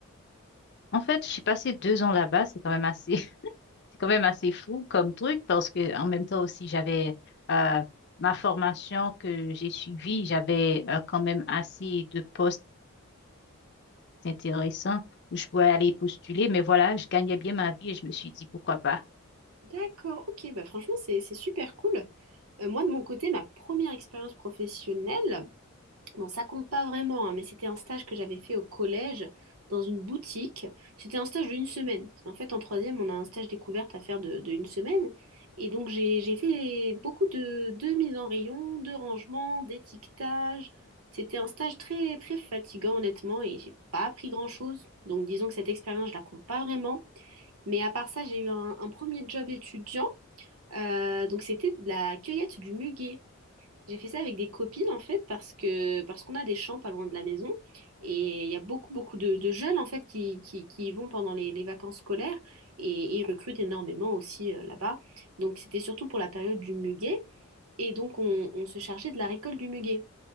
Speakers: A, on the left (about 50°); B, on the right (about 85°).
A: En fait, j'ai passé deux ans là-bas, c'est quand même assez, <laughs> c'est quand même assez fou comme truc parce que en même temps aussi j'avais euh, ma formation que j'ai suivie, j'avais euh, quand même assez de postes intéressants où je pouvais aller postuler, mais voilà, je gagnais bien ma vie et je me suis dit pourquoi pas.
B: D'accord, ok, bah franchement, c'est c'est super cool. Euh, moi, de mon côté, ma première expérience professionnelle, Bon, ça compte pas vraiment, hein, mais c'était un stage que j'avais fait au collège dans une boutique. C'était un stage d'une semaine, parce qu'en fait, en troisième, on a un stage découverte à faire de, de une semaine. Et donc, j'ai, j'ai fait beaucoup de, de mises en rayon, de rangement, d'étiquetage. C'était un stage très, très fatigant, honnêtement, et j'ai pas appris grand-chose. Donc, disons que cette expérience, je la compte pas vraiment. Mais à part ça, j'ai eu un, un premier job étudiant. Euh, donc, c'était de la cueillette du muguet. J'ai fait ça avec des copines en fait parce que parce qu'on a des champs pas loin de la maison et il y a beaucoup beaucoup de, de jeunes en fait qui, qui, qui y vont pendant les, les vacances scolaires et, et ils recrutent énormément aussi euh, là-bas. Donc c'était surtout pour la période du muguet et donc on, on se chargeait de la récolte du muguet.